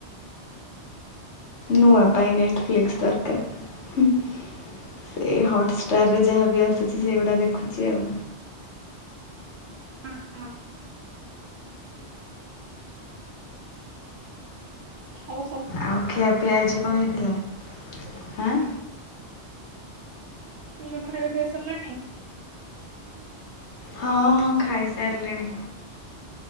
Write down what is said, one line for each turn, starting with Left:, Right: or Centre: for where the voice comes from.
Left: ନୂଆ ପାଇଁ ନେଟଫ୍ଲିକ୍ସ ଦରକାର ହୁଁ ସେ ହଟ୍ଷ୍ଟାରରେ ଯାହା ବି ଆସୁଛି ସେଗୁଡ଼ା ଦେଖୁଛି ଆଉ।
Right: ହଁ ହଁ। ଆବା
Left: ଆଉ ଖିଆ ପିଆ ଆଜ କଣ ହେଇହିଥିଲା ହାଁ।
Right: ପିଲା ମାନଙ୍କ ଖାଇବା ପିଇବା ସାରିଲାଣି?
Left: ହଁ ହଁ ଖାଇସାରିଲିଣି।